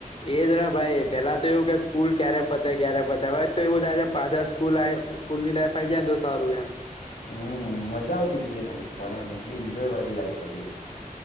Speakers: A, on the left (about 40°); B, on the left (about 85°).
A: એજ ને ભાઈ પેલા તો એવું કે સ્કૂલ ક્યારે પતે, ક્યારે પતે હવે તો એવું થાય છે પાછા સ્કૂલ આઈ સ્કૂલની લાઈફ આઈ જાય ને તો સારું એમ.
B: હમ મજા આવતી તી એ લાઈફ પણ એમ એટલી ઈન્જોય વારી લાઈફ હતી.